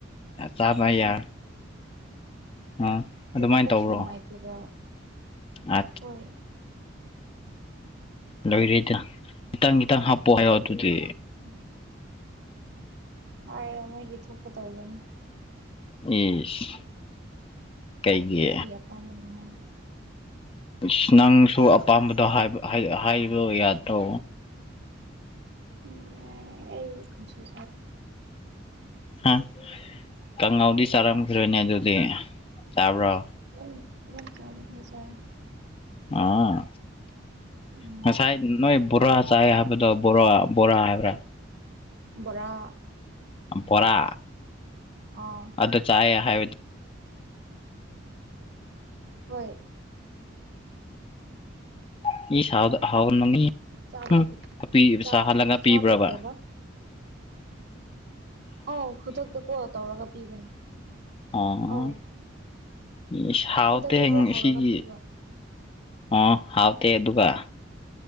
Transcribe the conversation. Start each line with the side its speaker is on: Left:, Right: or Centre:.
Left: ꯆꯥꯕ ꯌꯥ ꯑ
Right: ꯑꯗꯨꯒ
Left: ꯑꯗꯨꯃꯥꯏꯅ
Right: ꯄꯨꯛꯁꯨ
Left: ꯇꯧꯕ꯭ꯔꯣ
Right: ꯅꯨꯡꯉꯥꯏꯇꯦꯕ
Left: ꯑ
Right: ꯍꯣꯏ
Left: ꯂꯣꯏꯔꯦꯗ ꯈꯤꯇꯪ ꯈꯤꯇꯪ ꯍꯥꯞꯄꯣ ꯍꯥꯏꯌꯣ ꯑꯗꯨꯗꯤ
Right: ꯎꯝ ꯍꯥꯏꯔꯣ ꯃꯣꯏꯒꯤ ꯊꯣꯛꯄ ꯇꯧꯖꯅꯤ
Left: ꯏꯁ ꯀꯩꯒꯤ
Right: <unintelligible>
Left: ꯏꯁ ꯅꯪꯁꯨ ꯑꯄꯥꯝꯕꯗꯣ ꯍꯥꯏꯕ ꯍꯥꯏ ꯍꯥꯏꯕꯗꯣ ꯌꯥꯗ꯭ꯔꯣ
Right: <unintelligible> ꯑꯩ <unintelligible>
Left: ꯍꯥ ꯀꯥꯡꯉꯥꯎꯗꯤ ꯆꯥꯔꯝꯈꯤꯔꯣꯏꯅꯦ ꯑꯗꯨꯗꯤ ꯆꯥꯕ꯭ꯔꯣ
Right: <unintelligible> ꯆꯥꯕ ꯈꯔ ꯆꯥꯏ
Left: ꯑꯥ
Right: ꯎꯝ
Left: ꯉꯁꯥꯏ ꯅꯣꯏ ꯕꯣꯔꯥ ꯆꯥꯏ ꯍꯥꯏꯕꯗꯣ ꯕꯣꯔꯥ ꯕꯣꯔꯥ ꯍꯥꯏꯕ꯭ꯔꯥ
Right: ꯕꯣꯔꯥ
Left: ꯑꯝꯐꯣꯔꯥ
Right: ꯑ
Left: ꯑꯗꯨ ꯆꯥꯏꯑꯦ ꯍꯥꯏꯕꯗꯤ
Right: ꯍꯣꯏ
Left: <unintelligible>
Right: ꯆꯥꯕꯗꯣ ꯆꯥꯕꯗꯣ
Left: ꯄꯤꯕꯔꯕ
Right: ꯆꯥꯕꯗꯣ ꯀꯩꯗꯧꯕ ꯑꯥꯎ ꯈꯨꯗꯛꯇ ꯀꯣ ꯇꯧꯔꯒ ꯄꯤꯕꯅꯤ
Left: ꯑꯥ
Right: ꯑꯧ
Left: ꯏꯁ ꯍꯥꯎꯇꯦꯍꯦ
Right: ꯈꯨꯗꯛꯇꯀꯣ
Left: ꯉꯁꯤꯒꯤ
Right: ꯍꯧꯔꯒ ꯄꯤꯕ
Left: ꯑ ꯍꯥꯎꯇꯦ ꯑꯗꯨꯒ